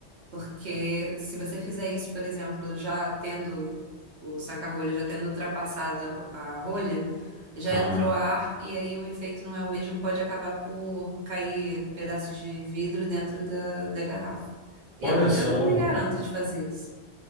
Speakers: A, on the right; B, on the right.
A: Porque se você fizer isso, por exemplo, já tendo o saca-rolho, já tendo ultrapassado a, a rolha, já
B: Ah,
A: entrou ar e aí o efeito não é o mesmo, pode acabar por cair pedaço de vidro dentro da, da garrafa. Eu,
B: olha só,
A: eu não me garanto de fazer isso.